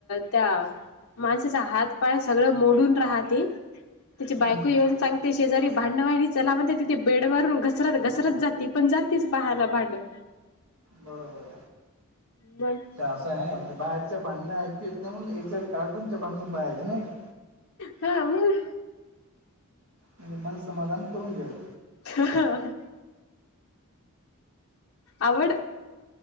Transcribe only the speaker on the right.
हम्म
बरोबर
आहे आहे म्हणजे बाहेरच्या भांडण्या ऐकू येत नाही मण याच्या कार्टून ं बांधणू पाहायज नाही का
म्हणजे मन समाधान करून घ्यायच